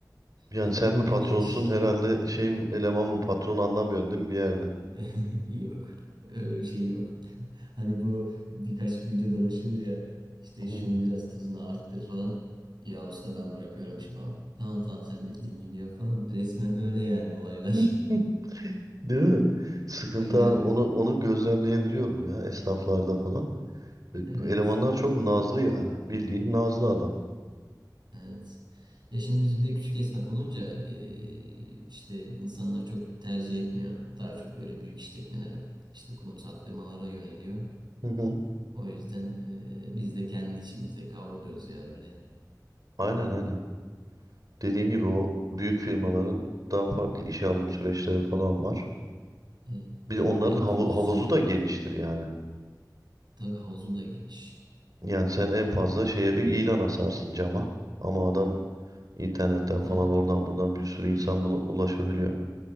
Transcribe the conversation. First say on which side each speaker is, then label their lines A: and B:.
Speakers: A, on the right; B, on the right.
A: Yani
B: Ee, e,
A: sen
B: bir
A: mi patronsun
B: de iş-
A: herhalde şey mi, eleman mı patron anlamıyorsun değil mi bir yerde?
B: <laughs> yok öyle bir şey yok. <laughs> Hani bu birkaç video dolaşıyordu ya işte
A: Hı.
B: şunu biraz tuzunu arttır falan. Ya usta ben bırakıyorum işi falan. Tamam tamam sen bildiğin gibi yap falan. Resmen öyle yani olaylar.
A: <laughs>
B: <laughs>
A: Değil mi? Sıkıntı
B: Yani
A: abi. Onu onu gözlemleyebiliyorum ya esnaflarda falan. E,
B: evet
A: Elemanlar çok nazlı yani. Bildiğin nazlı adam.
B: evet. Ya şimdi biz bir de küçük esnaf olunca eee, işte insanlar çok tercih etmiyor. Daha çok böyle büyük işletmeler işte kurumsal firmalara yöneliyor.
A: Hı hı.
B: O yüzden e, biz de kendi içimizde kavruluyoruz ya öyle.
A: Aynen aynen. Dediğin gibi o büyük firmaların daha farklı işe alım süreçleri falan var.
B: E,
A: Bir
B: tabii
A: de onların
B: daha
A: havu-
B: profesyonel
A: havuzu
B: oluyor.
A: da geniştir yani.
B: Tabii havuzu da geniş.
A: Yani sen en fazla şeye bir ilan asarsın cama. Ama adam internetten
B: Yani
A: falan oradan buradan bir sürü insan bula- ulaşabiliyor.